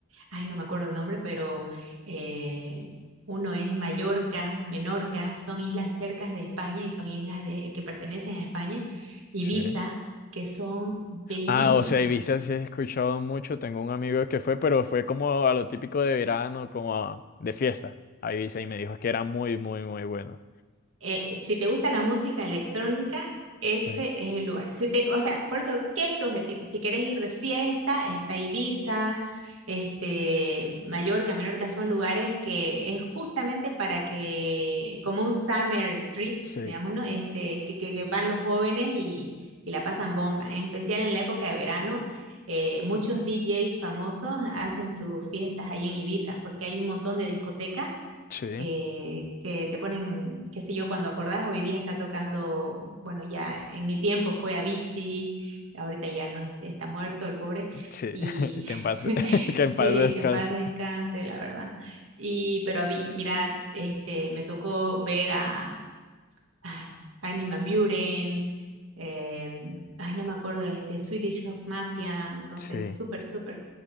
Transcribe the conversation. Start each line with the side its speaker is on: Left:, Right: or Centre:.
Right: ay, no me acuerdo el nombre, pero eh, uno es Mallorca, Menorca, son islas cercas de España y son islas de, que pertenecen a España, Ibiza,
Left: Sí.
Right: que son bellísimas.
Left: Ah, o sea, Ibiza sí he escuchado mucho. Tengo un amigo que fue, pero fue como a lo típico de verano, como a- de fiesta a Ibiza y me dijo que era muy, muy, muy bueno.
Right: eh, si te gusta la música electrónica, ese
Left: Sí,
Right: es el lugar. Si te, o sea, por eso, ¿qué es tu objetivo? Si quieres ir de fiesta, está Ibiza, este, Mallorca, Menorca, son lugares que es justamente para que, como un summer trip,
Left: sí,
Right: digamos, ¿no? Este, que, que- que van los jóvenes y, y la pasan bomba. En especial en la época de verano, eh, muchos DJs famosos hacen sus fiestas ahí en Ibiza, porque hay un montón de discotecas
Left: sí,
Right: que, que te ponen, qué sé yo, cuando acordás, hoy día está tocando, bueno, ya en mi tiempo fue Avicii, ahorita ya no es- está muerto el pobre,
Left: sí.
Right: y
Left: <laughs> Que en paz, de-
Right: <laughs>
Left: <laughs> que en paz
Right: sí,
Left: descanse.
Right: que en paz descanse, la verdad. Y, pero Avi- mira, este, me tocó ver a, a Armin van Buuren, em, ay, no me acuerdo de este, Swedish House Mafia, entonces
Left: Sí.
Right: súper, súper.